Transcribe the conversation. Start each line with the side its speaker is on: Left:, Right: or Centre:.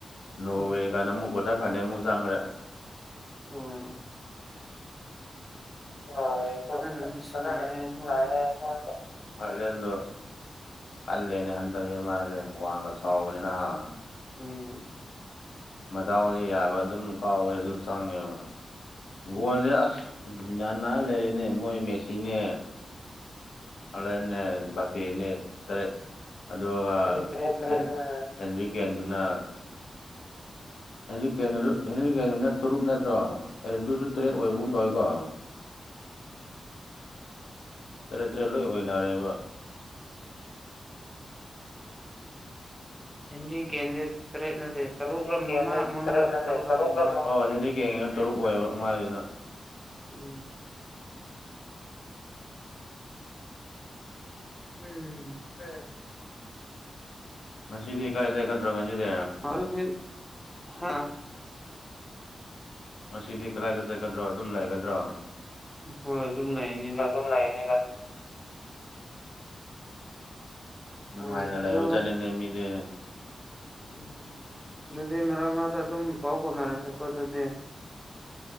Left: ꯅꯣꯋꯦ
Centre: ꯎꯝ
Left: ꯀꯥꯢꯅ ꯑꯃꯨꯛ ꯀ꯭ꯋꯥꯇꯔ ꯐꯥꯢꯅꯦꯜ ꯑꯃꯨꯛ ꯆꯥꯡꯈ꯭ꯔꯦ
Centre: ꯑꯣ
Left: ꯅꯣꯔꯋꯦ
Centre: ꯑꯁ
Left: ꯁꯨ
Centre: ꯐꯖꯅꯗꯤ
Left: ꯐꯖꯅꯗꯤ
Centre: ꯁꯥꯟꯅꯩꯌꯦ
Left: ꯁꯥꯅꯩꯌꯦ
Centre: ꯃꯣꯏꯗꯣ
Left: ꯍꯂꯦꯟ ꯗꯨ ꯀꯜꯂꯦꯅꯦ ꯍꯟꯗꯛꯁꯦ ꯃꯥꯁꯦ ꯋꯥꯡꯒ ꯆꯥꯎꯕꯅꯤꯅ ꯍꯥ
Centre: ꯎꯝ
Left: ꯃꯗꯥꯎꯁꯦ ꯌꯥꯕ ꯑꯗꯨꯝ ꯀꯥꯎꯕꯗ ꯑꯗꯨꯝ ꯆꯪꯉꯦꯕ
Centre: ꯎꯝ
Left: ꯒꯣꯟꯁꯦ ꯑꯁ ꯌꯥꯟꯅ ꯂꯩꯔꯦꯅꯦ ꯃꯣꯏ ꯃꯦꯁꯤꯅꯦ ꯍꯂꯟꯅꯦ ꯕꯥꯄꯦꯅꯦ ꯇꯔꯦꯠ ꯑꯗꯨꯒ
Centre: ꯇꯔꯦꯠ ꯇꯔꯦꯠ
Left: <unintelligible>
Centre: ꯎꯝ
Left: ꯍꯦꯔꯤꯀꯦꯟꯗꯨꯅ ꯍꯦꯔꯤꯀꯦꯟꯗꯨꯁꯨ ꯍꯦꯔꯤꯀꯦꯟ ꯇꯔꯨꯨꯞ ꯅꯠꯇ꯭ꯔꯣ ꯑꯗꯨꯁꯨ ꯇꯔꯦꯠ ꯑꯣꯏꯕꯒꯨꯝ ꯇꯧꯋꯤꯀꯣ ꯇꯔꯦꯠ ꯇꯔꯦꯠ ꯂꯣꯏ ꯑꯣꯏꯅꯔꯦꯕ
Centre: ꯍꯦꯅꯔꯤ ꯀꯦꯟꯗꯤ ꯇꯔꯦꯠ ꯅꯠꯇꯦ ꯇꯔꯨꯛꯔ
Left: ꯍꯦꯅꯔꯤ ꯀꯦꯟ
Centre: ꯃꯉꯥ
Left: ꯗꯤ
Centre: ꯃꯉꯥꯔ
Left: ꯇꯔꯦꯠ ꯅꯠꯇ꯭ꯔꯦ
Centre: ꯇꯔꯨꯛꯔ
Left: ꯇꯔꯨꯛ
Centre: ꯑꯣꯏꯕꯅꯤ
Left: ꯂꯛ
Centre: ꯃꯥ
Left: ꯍꯦꯅꯔꯤ ꯀꯦꯟꯗꯤ ꯇꯔꯨꯛ ꯑꯣꯏꯌꯦꯕ ꯃꯥꯥꯏꯗꯨꯅ
Centre: ꯎꯝ ꯎꯝ
Left: ꯎꯝ ꯁꯤꯗꯤ ꯀꯥꯏ ꯆꯠꯀꯗ꯭ꯔ ꯉꯁꯤꯗꯤ
Centre: ꯑꯗꯨꯗꯤ ꯍꯥ
Left: ꯉꯁꯤꯗꯤ ꯀꯗꯥꯏꯗ ꯆꯠꯀꯗ꯭ꯔꯣ ꯑꯗꯨꯝ ꯂꯩꯒꯗ꯭ꯔꯣ
Centre: ꯍꯣꯏ ꯑꯗꯨꯝ ꯂꯩꯅꯤꯗ
Left: ꯑꯗꯨꯨꯝ ꯂꯩꯥꯅꯤꯗ ꯅꯨꯡꯉꯥꯏꯅ
Centre: ꯎꯝ ꯑꯗꯣ
Left: ꯂꯩꯔꯖꯠꯅꯤꯅꯦ ꯃꯤꯗꯤ
Centre: ꯎꯝ ꯑꯗꯨꯗꯤ ꯃꯔꯛ ꯃꯔꯛꯗ ꯑꯗꯨꯝ ꯄꯥꯎ ꯐꯥꯎꯅꯔꯁꯤꯀꯣ ꯑꯗꯨꯗꯤ